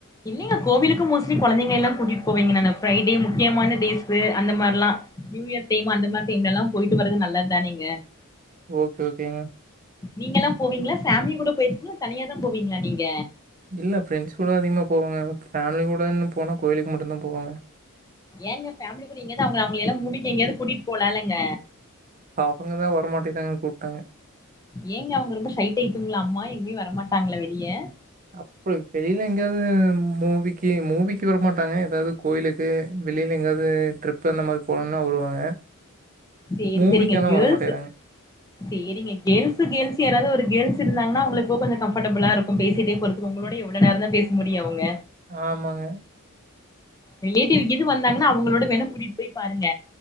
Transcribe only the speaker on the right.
ஓகே ஓகேங்க
இல்ல ஃப்ரெண்ட்ஸ் கூட அதிகமா போவங்க ஃபேமிலி கூடன்னு போனா கோவிலுக்கு மட்டுந்தா போவங்க
பாப்பங்க அதா வர மாட்டிகறாங்க கூப்ட்டங்க
அப்படி வெளில எங்காவது மூவிக்கி மூவிக்கி வரமாட்டாங்க எதாவது கோவிலுக் க்கு வெளில எங்கயாவது ட்ரிப்பு அந்த மாரி போணுனா வருவாங்க
மூவிக்கலா
வரமாட்டிகிறாங்க
ஆமாங்க